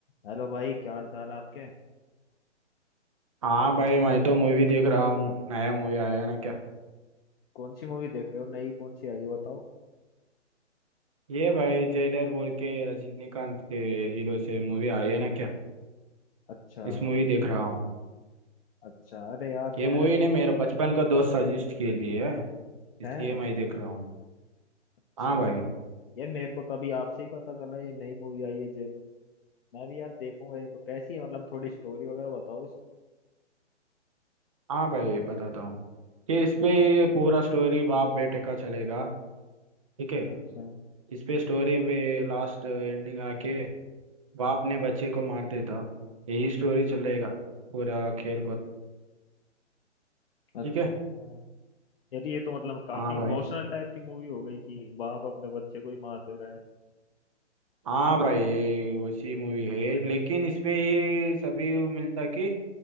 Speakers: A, on the left; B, on the right.
A: Hello भाई क्या हाल चाल है आपके
B: हाँ भाई मैं तो मूवी देख रहा हूँ नया मूवी आया है ना क्या
A: कौन सी मूवी देख रहे हो नई कौन सी आई है बताओ
B: ये भाई जेलर बोल के रजनीकांत के हीरो से मूवी आई है ना क्या
A: अच्छा
B: इस मूवी देख रहा हूँ
A: अच्छा अरे यार
B: ये
A: मैंने
B: मूवी
A: तो
B: ने मेरा बचपन का दोस्त सजेस्ट कर दी है इसलिए
A: है
B: मैं देख रहा हूँ
A: अच्छा
B: हाँ भाई
A: यार मेरे को तो अभी आपसे ही पता चला ये नई मूवी आई है जेल मैं भी यार देखूंगा ये तो कैसी है मतलब थोड़ी स्टोरी वगैरह बताओ इसकी
B: हाँ भाई बताता हूँ कि इस
A: हम्म,
B: पे ये पूरा स्टोरी बाप बेटे का चलेगा ठीक है
A: अच्छा
B: इस पे स्टोरी में लास्ट एंडिंग आके बाप ने बच्चे को मार देता यही स्टोरी चलेगा पूरा खेल पर
A: अच्छा
B: ठीक है
A: अच्छा यार ये तो मतलब काफी
B: हाँ
A: इमोशनल
B: भाई
A: टाइप की मूवी हो गई कि बाप अपने बच्चे को ही मार दे रहा है
B: हाँ भाई ये वैसी मूवी है लेकिन इसमें ये सभी मिलता कि